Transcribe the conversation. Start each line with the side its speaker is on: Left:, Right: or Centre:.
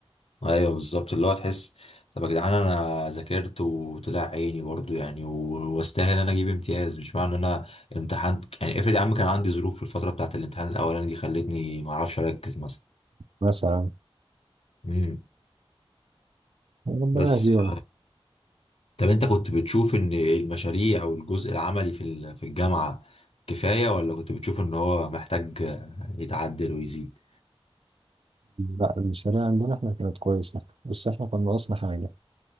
Left: ايوه بالظبط اللي هو تحس طب يا جدعان انا ذاكرت وطلع عيني برضو يعني و- واستاهل ان انا اجيب امتياز مش معنى ان انا امتحنت يعني افرض يا عم كان عندي ظروف في الفتره بتاعت الامتحان الاولاني دي خلتني ما اعرفش اركز مثلا
Right: مثلا
Left: مم.
Right: ربنا
Left: بس
Right: يهديهم
Left: ف... طب انت كنت بتشوف ان المشاريع او الجزء العملي في ال- في الجامعه كفايه ولا كنت بتشوف ان هو محتاج يتعدل ويزيد
Right: لا الشريعة عندنا إحنا كانت كويسة بس إحنا كان ناقصنا حاجة